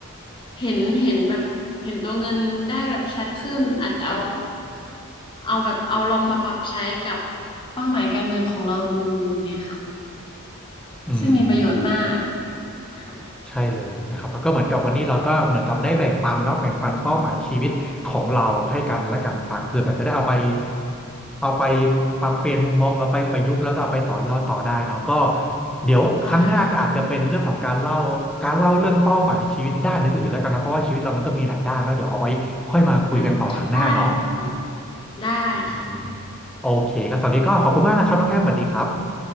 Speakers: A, on the left; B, in the centre.
A: เห็นเห็นแบบเห็นตัวเงินได้แบบชัดขึ้นอาจจะเอา เอาแบบเอาลองมาปรับใช้กับเป้าหมายการเงินของเราดูแบบเนี้ยค่ะ
B: อืม
A: ซึ่งมีประโยชน์มากค่ะ
B: ใช่เลยนะครับแล้วก็เหมือนกับวันนี้เราก็เหมือนกับได้แบ่งปันเนาะแบ่งปันเป้าหมายชีวิตของเราให้กันและกันฟังเพื่อมันจะได้เอาไปเอาไปปรับเปลี่ยนมุมมองเอาไปประยุกต์แล้วก็เอาไปต่อยอดต่อได้เนาะก็เดี๋ยวครั้งหน้าก็อาจจะเป็นเรื่องของการเล่าการเล่าเรื่องเป้าหมายชีวิตด้านอื่นๆแล้วกันนะเพราะว่าชีวิตเรามันก็มีหลายด้านเนาะเดี๋ยวเอาไว้ค่อยมาคุยกันต่อครั้งหน้าเนาะ
A: ได้ค่ะได้ได้ค่ะทุกคนได้ค่ะ
B: อืมโอเคก็สวัสดีก็ขอบคุณมากนะครับน้องแอมสวัสดีครับ